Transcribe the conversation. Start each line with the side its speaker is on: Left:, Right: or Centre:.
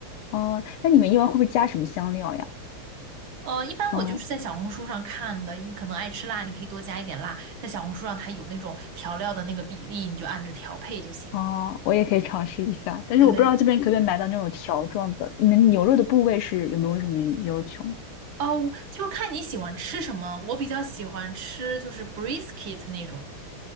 Left: 哦，那你们一般会不会加什么香料呀？
Right: 呃，一般我就是在小红书上看的，
Left: 嗯
Right: 你可能爱吃辣，你可以多加一点辣，在小红书上它有那种调料的那个比例，你就按着调配就行。
Left: 哦，我也可以尝试一下，但是我不知道这边可不可以买到那种条状的。
Right: 对对
Left: 你们牛肉的部位是有没有什么要求
Right: 哦，就是看你喜欢吃什么。我比较喜欢吃就是 brisket 那种，